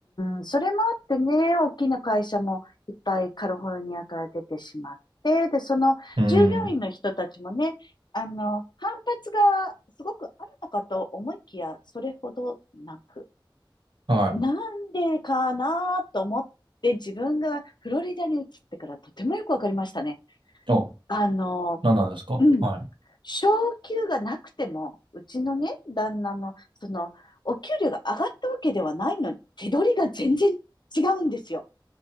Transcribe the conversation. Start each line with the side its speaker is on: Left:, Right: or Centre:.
Left: うん、それもあってね、大きな会社もいっぱいカリフォルニアから出てしまって、で、その従業員の人たちもね、
Right: うん。
Left: あの、反発がすごくあるのかと思いきや、それほどなく。
Right: はい。
Left: なんでかなと思って、自分がフロリダに移ってからとてもよくわかりましたね。
Right: あ、
Left: あの、
Right: 何なんですかはい。
Left: うん。昇給がなくても、うちのね、旦那の、その、お給料が上がったわけではないのに、手取りが全然違うんですよ。